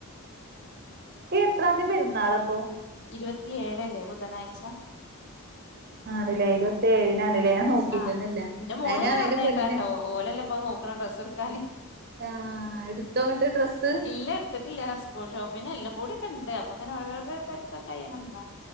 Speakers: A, on the right; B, on the left.
A: എത്രാന്തിപെരുന്നാള പ്പൊ
B: ഇരുപത്തിയേഴല്ലേ ബുധനാഴ്ച
A: ആണ്ല്ലേ ഇരുപത്തി ഏഴിനാണ്ല്ലേ ഞാൻ നോക്കിട്ടന്നെല്ല
B: ആ എന്റെ മോള്
A: അയിനാണ്
B: ഇങ്ങനെ പറഞ്ഞ
A: അയിന്റെ മുന്നേ
B: കേട്ടാ കേട്ടോ ഓലല്ല നോക്കണ ഡ്രസ്സ് എടുക്കാന്
A: ആഹ് എടുത്തോങ്ങട്ട് ഡ്രസ്സ്
B: ഇല്ല എടുത്തിട്ടില്ല ഡ്രസ്സ്‌ ഷോപ്പിങ് എല്ലാം കൂടി അപ്പണ്ട് അങ്ങനെ ഓരോരോ തി ഇപ്പോ കൈ എങ്ങനാന്ന